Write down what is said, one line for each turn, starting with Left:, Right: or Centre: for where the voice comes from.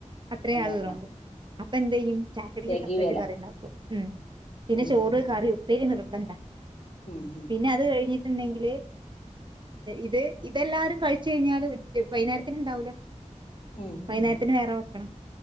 Right: അത്ര
Left: ഉണ്ടാക്കണം
Right: ആള് ള്ളോണ്ട് അപ്പൊ എന്തെയ്യും ചാക്കടിക്ക്
Left: തികയുവേല
Right: സെപ്പറേറ്റ് കറി ഉണ്ടാക്കും ഉം പിന്നെ
Left: ഉം
Right: ചോറ്
Left: ഉം
Right: കറി ഉപ്പേരി നിർബന്ധ
Left: ഉം
Right: പിന്നെ അത് കഴിഞ്ഞി ട്ട്ണ്ടെങ്കില് ഇത് ഇതെല്ലാരും കഴിച്ച് കഴിഞ്ഞാല് വൈകുന്നേരത്തിന് ഉണ്ടാവൂല
Left: ഉം ഉം
Right: വൈന്നേരത്തിന്
Left: ഉം
Right: വേറെ വെക്കണം